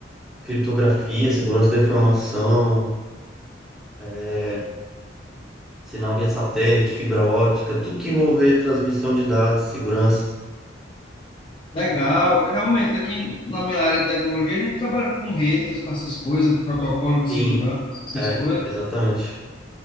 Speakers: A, in the centre; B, on the left.
A: criptografia, segurança da informação, é, Sinal via satélite, fibra ótica, tudo que envolver transmissão de dados, segurança.
B: Legal. Realmente, aqui na minha área de tecnologia, a gente trabalha com redes, com essas coisas, protocolo de
A: Sim,
B: segurança, essas
A: é,
B: coisas.
A: exatamente.